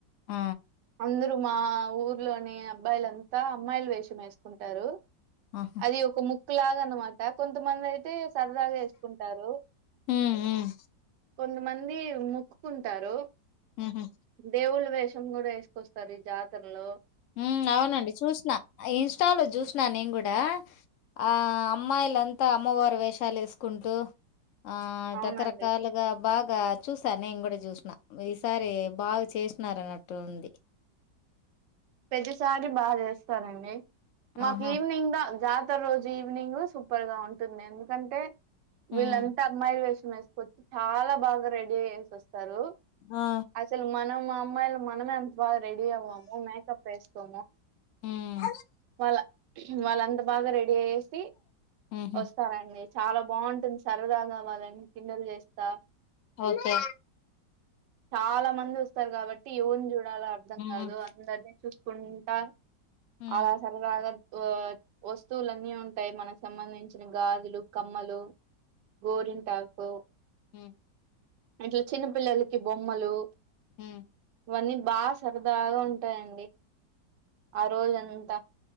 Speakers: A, on the left; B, on the right.
A: ఆ
B: అందరూ మా ఊర్లోని అబ్బాయిలంతా అమ్మాయిల వేషం వేసుకుంటారు
A: ఆహా!
B: అది ఒక ముఖ్ కొంచెం లాగనమాట కొంతమందయ్ తే సరదాగేసుకుంటారు
A: హ్మ్. హ్మ్.
B: కొంతమంది మొక్కుకుంటారు
A: హుహు.
B: దేవుళ్లు వేషం కూడా వేసుకొస్తారు ఈ జాతర లో
A: మ్ అవునండి చూసిన ఇన్స్టాలో చూసిన నే కూడా ఆ అమ్మాయిలంతా అమ్మవారు వేషాలేసుకుంటూ ఆ
B: అవునండి
A: రకరకాలుగా బా ఇకా చూసాను నేను కూడా చూసిన ఈసారి బాగా చేసినార అన్నట్టుంది
B: ప్రతిసారి బా చేస్తారండి మాకు
A: ఆహా!
B: ఈవనింగ్ దా జా ఇంత రోజు ఈవినింగ్ సూపర్ గా ఉంటుంది ఎందుకంటే
A: హ్మ్.
B: వీళ్లంతా అమ్మాయి వేష వేసుకచ్చి చాలా బాగా రెడీ అయ్యేసొస్ స్తారు
A: ఆ!
B: అసలు మనం మా అమ్మాయిలం మనమే అం రెడి ఆవము మ పసుకో
A: హ్మ్.
B: వాళ్ళ వాళ్ళ అంద బాగా రెడీ అయేసి
A: హుహు.
B: వస్తారండి చాలా బావుంటుంది సార్ ఇ దావ్వదండి కిన్నెలు చేస్త
A: ఓకే.
B: చాలా మంది వస్త వస్తారు కాబట్టి యవుర్ని చూడలో అర్థం
A: హ్మ్.
B: కాదు అందరి ఉంట
A: హ్మ్.
B: అలా సరదగ ఆ వస్తువులున్నీ ఉంటాయి మనకు సంబంధించిన గాజులు కమ్మలు గోరింటాకు
A: హ్మ్
B: ఇట్ల చిన్నపిల్లలకి బొమ్మలు
A: మ్మ్
B: అవన్నీ బాగా సరదాగ ఉంటాయి అండి ఆ రోజం త్త